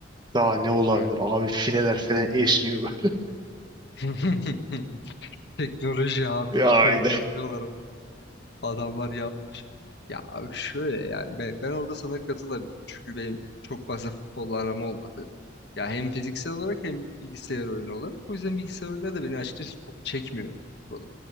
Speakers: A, on the right; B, on the left.
A: Daha ne olabilir?
B: hı.
A: Abi fileler falan esniyor. böyle. <laughs>
B: <laughs> Teknoloji abi
A: Ya
B: işte bu yapıyorlar Adamlar yapmış. Ya abi şöyle yani ben, ben orada sana katılırım. Çünkü benim çok fazla futbolla aram olmadı. Ya hem fiziksel olarak hem bilgisayar oyunu olarak. O yüzden bilgisayar oyunu da beni açıkçası çok çekmiyordu. futbolun.